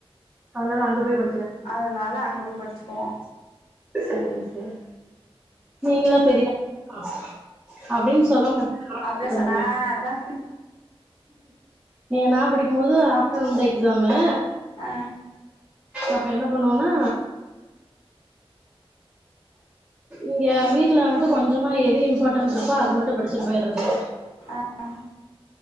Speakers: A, in the centre; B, on the left.
A: அதனால அங்க போய் ப
B: அதனால அங்க போய் படிச்சுப்போம்
A: சேரி சேரி நீங்களாம் பெரிய ஆ அப்டின்னு சொல்ல மாட்டேன் ஆபிஸ்
B: அப்டிலா
A: ரூம்
B: சொல்
A: முன்னாடி
B: ஆ அதான்
A: ஏ நான் படிக்கும் போது ஆப்டநூன் தான் எக்ஸாமு
B: ஆ
A: அப்ப என்ன பண்ணுவோனா இங்க வீட்ல வந்து கொஞ்சமா எது இம்பார்ட்டன்ட் இருக்கோ அது மட்டும் படிச்சிட்டு போய்றது
B: ஆ ஆ